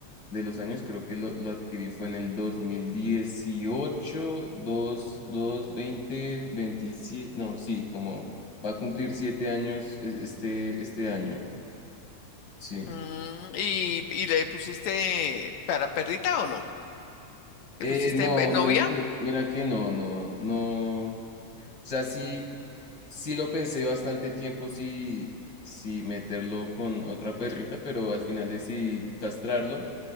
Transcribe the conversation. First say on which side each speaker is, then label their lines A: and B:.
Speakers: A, on the left; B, on the left.
A: de los años, creo que lo, lo adquirí fue en el 2018 2 2 20 27 no, sí, como va a cumplir siete años e- este, este año, sí.
B: Mm, ¿y, y le pusiste para perrita o no? ¿Te
A: Eh,
B: pusiste
A: no,
B: en- en
A: mira
B: novia?
A: que, mira que no, no, no. O sea, sí, sí lo pensé bastante tiempo, sí, sí meterlo con otra perrita, pero al final decidí castrarlo,